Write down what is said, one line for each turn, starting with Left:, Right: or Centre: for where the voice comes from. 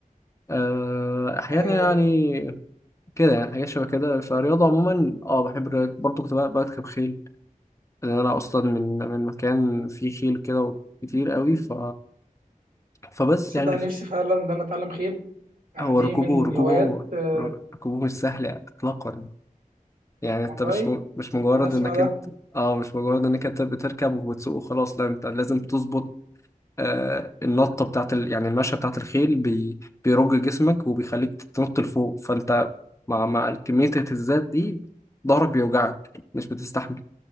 Left: أه، أحيانا
Right: أيوه
Left: يعني
Right: أيوه
Left: كده يعني حاجات شبه كده فالرياضة عموما اه بحب الرياضة. برضو كنت ب- بركب خيل لأن أنا أصلا من من مكان فيه خيل كده كتير قوي ف فبس
Right: صدق
Left: يعني
Right: نفسي فعلا إن أنا أتعلم خيل يعني
Left: هو
Right: دي
Left: ركوبه
Right: من
Left: ركوبه
Right: الهوايات آه،
Left: ركوبه مش سهل إطلاقا يعني انت
Right: والله
Left: مش م... مش مجرد
Right: انا اسمع
Left: انك
Right: ده
Left: انت اه مش مجرد انك انت بتركب وبتسوق وخلاص لا انت لازم تظبط آه النطه بتاعت ال... يعني المشيه بتاعت الخيل بي... بيرج جسمك وبيخليك تنط لفوق فانت مع مع كميه الاهتزازات دي ظهرك بيوجعك مش بتستحمل